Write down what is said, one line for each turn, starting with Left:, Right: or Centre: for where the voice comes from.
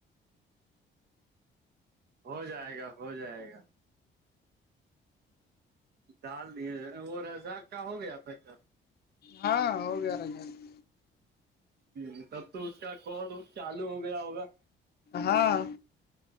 Right: ہو جائے گا ہو جائے گا ڈال دیے وہ رضا کا ہو گیا تھا کل
Left: ہاں ہو گیا را ج <unintelligible>
Right: ہ تب تو اس کا کال چالو ہو گیا ہوگا
Left: ہاں